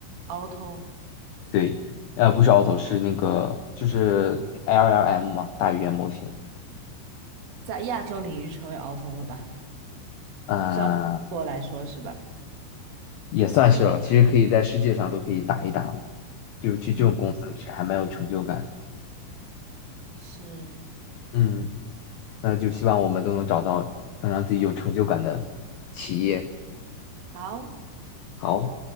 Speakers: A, on the right; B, on the left.
A: 鳌头
B: 对，呃，不是 Auto，是那个就是 LLM 嘛，大语言模型。
A: 在亚洲领域成为鳌头了吧？
B: 嗯、
A: 至少对中国来说是吧？
B: 也算是了。其实可以在世界上都可以打一打了，就去这种公司是还蛮有成就感。
A: 嗯，是。
B: 嗯，那就希望我们都能找到能让自己有成就感的企业。
A: 好，
B: 好。